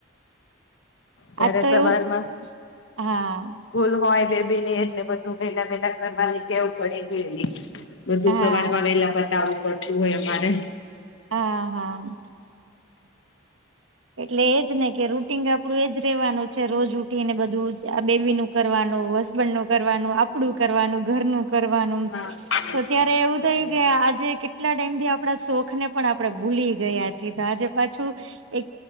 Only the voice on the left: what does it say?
ત્યારે
સવારમાં
સ્કૂલ હોય બેબી ની એટલે બધું પેલા પેલા કરવાની ટેવ પડી ગેલી. બધું
સવાર માં વેલા પતાવવું પડતું હોય અમારે
હા સાચી
વાત
છે
તમારી.